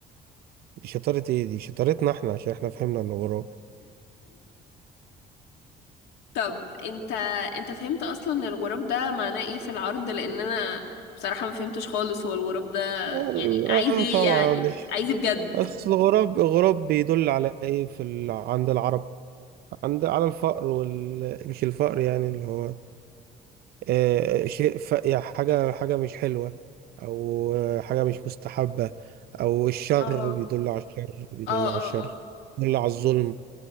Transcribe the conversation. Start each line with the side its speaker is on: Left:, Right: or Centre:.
Right: دي شطاره ايه دي شطارتنا احنا عشان احنا فهمنا انه غراب
Left: طب انت انت فهمت اصلا الغراب ده معناه ايه في العرض لان انا بصراحه ما فهمتش خالص هو الغراب ده
Right: اه
Left: يعني
Right: آه،
Left: عايز ايه
Right: طبعا
Left: يعني
Right: مش
Left: عايز إيه بجد
Right: اصل الغراب الغراب بيدل على ايه في ال... عند العرب عند على الفقر وال مش الفقر يعني اللي هو آه، شيء ف... يعني حاجة حاجة مش حلوة أو آه، حاجة مش مستحبة أو الشر
Left: اه
Right: بيدل على الشر بيدل
Left: اه
Right: على الشر
Left: اه اه
Right: بيدل على الظلم